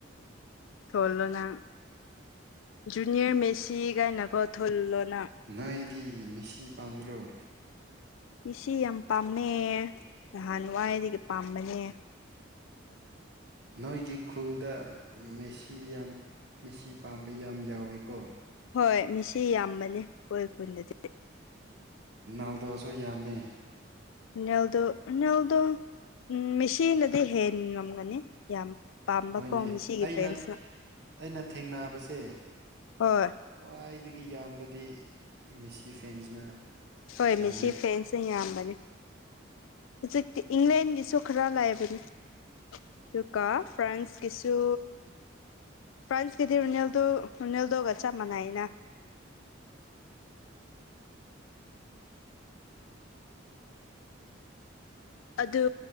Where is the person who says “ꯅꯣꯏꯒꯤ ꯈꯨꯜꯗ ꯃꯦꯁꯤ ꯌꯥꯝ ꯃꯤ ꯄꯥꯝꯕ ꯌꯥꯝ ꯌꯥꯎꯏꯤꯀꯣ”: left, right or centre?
Right